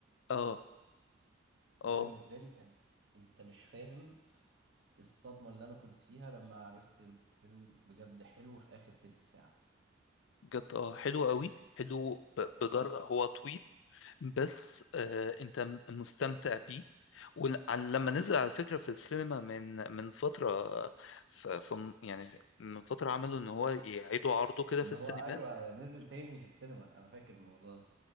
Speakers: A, on the left; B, on the right.
A: اه
B: ده
A: اه
B: بالنسبه لي كان انت مش فاهم الصدمه اللي انا كنت فيها لما عرفت ان الفيلم بجد حلو في اخر تلت ساعه
A: بجد اه حلو قوي حلو ب- بدرجة هو طويل بس آه انت م- مستمتع بيه ولما نزل على فكرة في السينما من من فترة آه، ف- ف- يعني من فترة عملوا ان هو يعيدوا عرضه كده
B: ان
A: في السينما
B: هو ايوه نزل تاني في السينما انا فاكر الموضوع ده